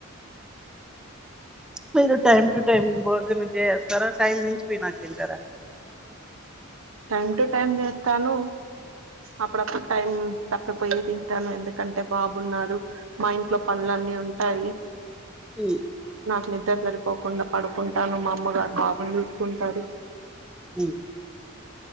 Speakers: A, in the centre; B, on the right.
A: మీరు టైమ్ టు టైమ్ భోజనం చేస్తరా టైమ్ మించిపోయినాక తింటార
B: టైం టు టైం చేస్తాను అప్పుడప్పుడు టైం తప్పిపోయి తింటాను ఎందుకంటే బాబున్నారు మా ఇంట్లో పన్లన్నీ ఉంటాయి
A: ఊ
B: నాకు నిద్ర సరిపోకుండ పడుకుంటాను మా అమ్మగారు బాబుని చూసుకుంటారు
A: హు